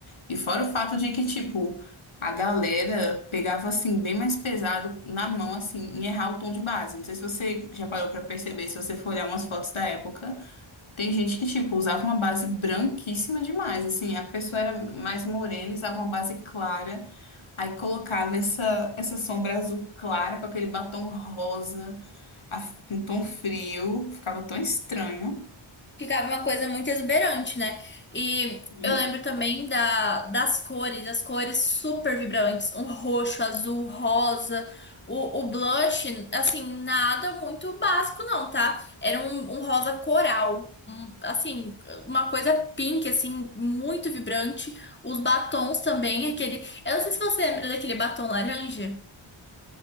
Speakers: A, on the left; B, on the left.
A: E fora o fato de que, tipo, a galera pegava, assim, bem mais pesado na mão, assim, em errar o tom de base. Não sei se você já parou pra perceber, se você for olhar umas fotos da época, tem gente que, tipo, usava uma base branquíssima demais, assim, a pessoa era mais morena, e usava uma base clara, aí colocava essa, essa sombra azul clara com aquele batom rosa, a- com tom frio, ficava tão estranho.
B: Ficava uma coisa muito exuberante, né? E
A: Uhum.
B: eu lembro também da, das cores, as cores super vibrantes, um roxo, azul, rosa, o, o blush, assim, nada muito básico não, tá? Era um, um rosa coral, um- assim, uma coisa pink, assim, muito vibrante. Os batons também, aquele... Eu não sei se você lembra daquele batom laranja.